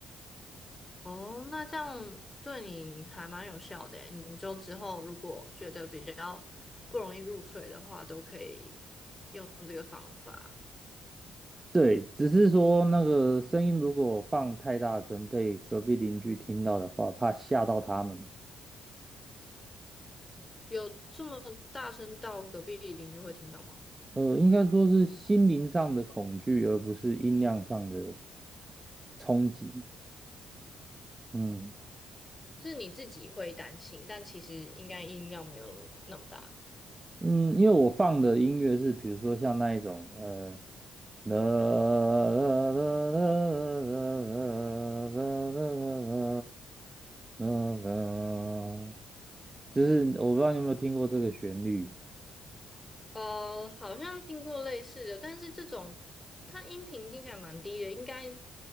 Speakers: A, on the left (about 20°); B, on the right (about 20°).
A: 哦，那这样对你还蛮有效的诶你就之后如果觉得比较不容易入睡的话，都可以用这个方法。
B: 对，只是说那个声音如果放太大声，被隔壁邻居听到的话，怕吓到他们。
A: 有这么大声到隔壁邻居会听到吗？
B: 呃，应该说是心灵上的恐惧，而不是音量上的冲击。嗯。
A: 是你自己会担心，但其实应该音量没有那么大。
B: 嗯，因为我放的音乐是，比如说像那一种，呃，啦啦啦啦啦啦啦啦啦，就是我不知道你有没有听过这个旋律
A: 呃，好像听过类似的，但是这种它音频听起来蛮低的，应该